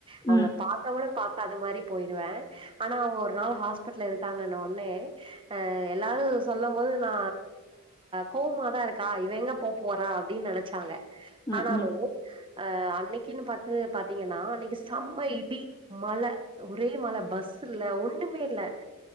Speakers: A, on the right; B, on the left.
A: அவுங்கள
B: ம்
A: பாத் தகூட பாக்க அது மாரி போய்ருவே ஆனா அவுங்க ஒரு நாள் ஹாஸ்பிடல் இருக்காங்கன்னு ஒன்னே அ எல்லாரு சொல்ல போது நா கோவாமதா இருக்கா இவ எங்க போ போறா அப்டி நெனைச்சாங்க
B: ம்
A: ஆனாலு
B: ம்
A: அ அன்னைக்குன்னு பாத்து பாத்தீங்கன்னா அன்னைக்கு செம்ம இடி மழ ஒரே மழ பஸ்ஸு இல்ல ஒண்ணுமே இல்ல